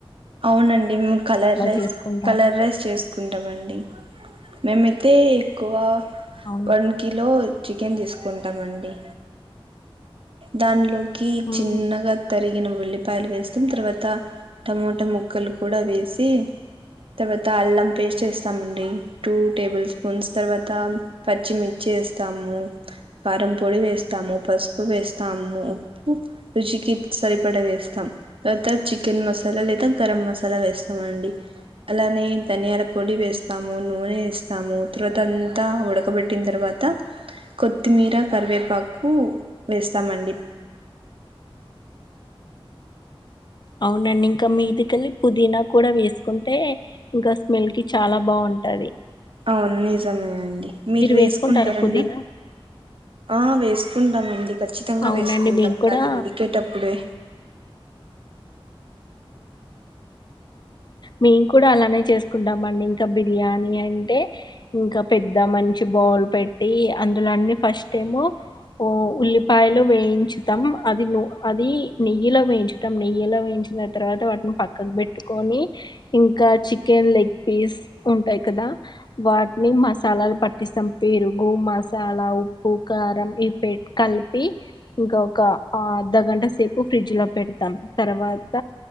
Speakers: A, on the right (about 65°); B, on the left (about 50°).
A: అవునండి మేము కలర్ రైస్
B: చేసుకుంటారా
A: కలర్ రైస్ చేసుకుంటాండి మేము అయితే ఎక్కువ
B: అవును
A: వన్ కిలో చికెన్ తీసుకుంటామండి దానిలోకి
B: ఉమ్,
A: చిన్నగా తరిగిన ఉల్లిపాయలు వేస్తాం తర్వాత టమోటా ముక్కలు కూడా వేసి తర్వాత అల్లం పేస్ట్ వేస్తామండి టూ టేబుల్ స్పూన్స్ తర్వాత పచ్చిమిర్చి వేస్తాము కారం పొడి వేస్తాము పసుపు వేస్తాము ఉప్పు రుచికి సరిపడా వేస్తాం తర్వాత చికెన్ మసాలా లే స్తము గరం మసాలా వేస్తామండి అలానే ధనియాల పొడి వేస్తాము నూనె వేస్తాము తర్వాత అంతా ఉడకబెట్టిన తర్వాత కొత్తిమీర కరివేపాకు వేస్తామండి
B: అవునండి ఇంకా మీదికెళ్ళి పుదీనా కూడా వేసుకుంటే ఇంకా స్మెల్ కి చాలా బాగుంటంది ఉంటది
A: అవును నిజమే అండి మీరు వేసుకుంటారండ
B: వేసుకుంటారా పుదీనా
A: ఆ వేసుకుంటామండి ఖచ్చితంగా
B: అవునండి
A: వేసుకుంటాం
B: మేము కూడా
A: మళ్ళీ ఉడికేటప్పుడే
B: మేము కూడా అలానే చేసుకుంటామ అండి ఇంకా బిర్యానీ అంటే ఇంకా పె ద్ద మంచి బావుల్ పెట్టి అందులోన్నీ ఫస్ట్ ఏమో ఓ ఉల్లిపాయలు వేయించుతం అది అది నెయ్యిలో వేయించటం నెయ్యిలో వేయి చిన ఆ తర్వాత వాటిని పక్కకు పెట్టి కోని ఇంకా చికెన్ లెగ్ పీస్ ఉంటాయి కదా వాటిని మసాలా పట్టిస్తం పెరుగు మసాలా ఉప్పు కారం ఇ పెట్ కలిపి ఇంకా ఒక అర్ధగంట సేపు ఫ్రిడ్జ్ లో పెడతాం తర్వాత